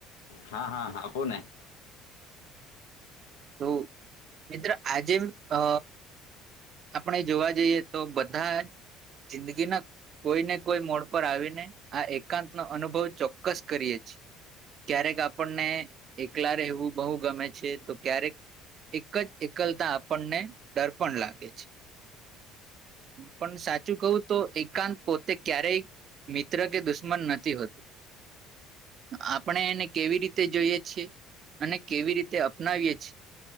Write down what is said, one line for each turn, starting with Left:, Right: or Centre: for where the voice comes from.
Left: હા, હા, હા આપુ ને
Right: તો મિત્ર આજે અ આપણે જોવા જઈએ તો બધા જિંદગીના કોઈ ને કોઈ મોડ પર આવીને આ એકાંત નો અનુભવ ચોક્કસ કરીએે છીએ ક્યારેક આપણને એકલા રહેવું બહુ ગમે છે તો, ક્યારેક એક જ એકલતા આપણને ડર પણ લાગે છે પણ સાચું કહું તો એકાંત પોતે ક્યારેય મિત્ર કે દુશ્મન નથી હોતું આપણે એને કેવી રીતે જોઈએ છીએ. અને કેવી રીતે અપનાવીએ છેએ